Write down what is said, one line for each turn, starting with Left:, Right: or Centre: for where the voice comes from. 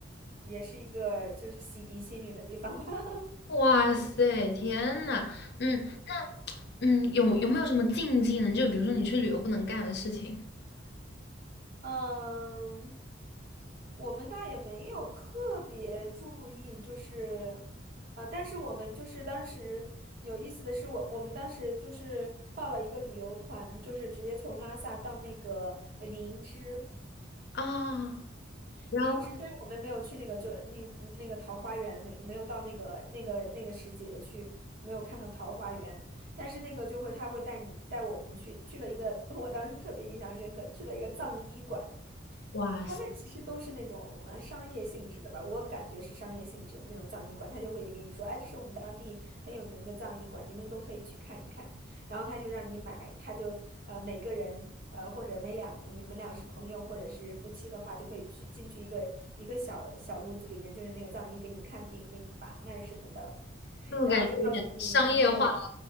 Right: 也是一个就是洗涤心灵的地方吧。<laughs>
Left: 哇塞，天呐，嗯，
Right: 嗯
Left: 那嗯，有有没有什么禁忌呢？就比如说你去旅游不能干的事情
Right: 嗯，我们倒也没有特别注意，就是啊、但是我们就是当时有意思的是我我们当时就是报了一个旅游团，就是直接从拉萨到那个林芝。
Left: 啊，然后
Right: 林芝，但是我们没有去那个，就是那那个桃花源，那没有到那个那个那个时节去，没有看到桃花源。但是那个就会他会带你带我们去去了一个，<laughs> 我当时特别印象深刻，去了一个藏医馆。
Left: 哇塞，
Right: 他的其实都是那种呃商业性质的吧，我感觉是商业性质的那种葬仪馆，他就会给你说，哎，这是我们当地很有名的葬仪馆，你们都可以去看一看。然后他就让你买，他就呃每个人呃或者每两你们俩是朋友或者是夫妻的话，就可以去进去一个一个小小屋子里面，就是那个藏医给你看病、给你把脉什么的。
Left: 这么感觉有点商业化
Right: 然后就告诉你，嗯、